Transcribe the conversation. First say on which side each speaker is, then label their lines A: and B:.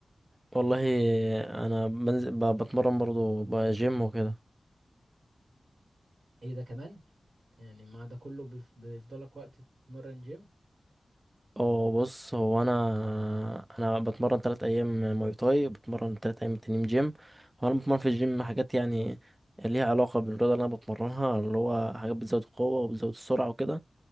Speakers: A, on the right (about 20°); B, on the right (about 65°).
A: والله أنا بنزل ب- بتمرن برضه بقى جيم وكده
B: ايه ده كمان يعني مع ده كله بيف- بيفضلك وقت تتمرن جيم
A: اه بص هو انا انا بتمرن تلات ايام ماي تاي بتمرن تلات ايام تانيين جيم هو انا بتمرن في الجيم حاجات يعني ليها علاقة بالرياضة اللي انا بتمرنها اللي هو حاجات بتزود القوة وبتزود السرعة وكده